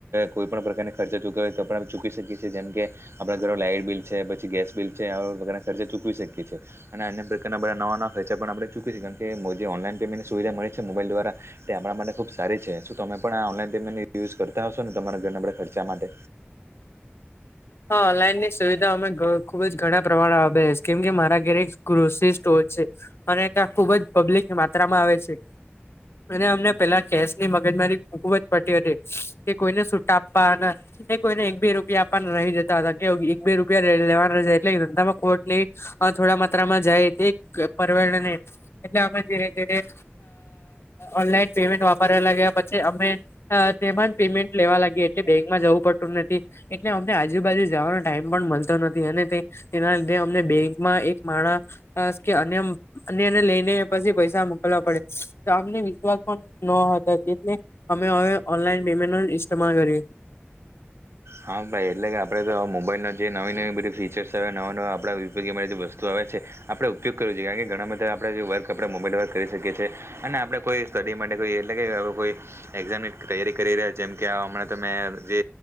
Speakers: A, on the right (about 80°); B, on the left (about 70°).
A: કોઈ પણ પ્રકારની ખર્ચા ચૂક્યો હોય તો પણ ચૂકી શકીએ છીએ જેમ કે આપણા ઘરો લાઇટ બિલ છે પછી ગેસ બિલ છે આવા પ્રકારના ખર્ચા ચૂકવી શકીએ છીએ અને અન્ય પ્રકારના બધા નવા-નવા છે પણ આપણે ચૂકીશ છે કારણ કે જે ઓનલાઈન પેમેન્ટની સુવિધા મળી છે મોબાઈલ દ્વારા તે આપણા માટે ખૂબ સારી છે શું તમારે આ ઓનલાઈન પેમેન્ટ યુઝ કરતા હશો ને તમારા ઘરને આપ ખર્ચા માટે.
B: હા ઓનલાઈન ની સુવિધા અમે ખુબ જ ઘણા પ્રમાણે આવે છે કેમ કે મારા ઘરે એક કૃષિ સ્ટોર છે. અને ત્યાં ખુબ જ પબ્લિક માત્રામાં આવે છે. અને અમને પેલા કેસ ની મગજમારી ખુબ જ પટીતી હતી કે કોઈને સૂટ આપવા ના એ કોઈને એક બે રૂપિયા આપવા. રહી જતા હતા, કે એક બે રૂપિયા લેવાના એટલે ધંધામાં કોર્ટની થોડા, માત્રામાં જાય પર એટલે અમે ધીરે, ધીરે ઓનલાઈન પેમેન્ટ વાપર પછ, અમે તેમાં પેમેન્ટ લેવા લાગી એટલે બેંકમાં જવું, પડતું નથી એ અમને આજુબાજુ, જવાનો ટાઈમ પણ મળતો નથી, અને તે તેના લીધે અમને બેંકમાં એક માણા કે એને લઈને પછી, પૈસા મોકલવા પડે તો આમને વિશ્વાસ પણ ન લે અમે હવે ઓનલાઈન પેમેન્ટ, ન ઇમાલ કરી
A: હા, ભાઈ એટલે કે આપડે તો મોુંબાઈનો જે નવી નવી બધી ફીચર્સ આવે નવા નવા આપણા ઉપયોગી અરી બધ વસ્તુ આવે છે, આપણે ઉપયોગ કરું છઈએ, કારણ કે ઘણા બધા આપણે જે વર્ક આપણે મોબાઈલ વર્ક કરી શકીએ છીએ, અને આપણે કોઈ સ્ટડી માટે કોઈ એટલે કે કોઈ એક્ઝામ તૈયારી કરી રહ્યા, જેમ કે હમણાં તમે જે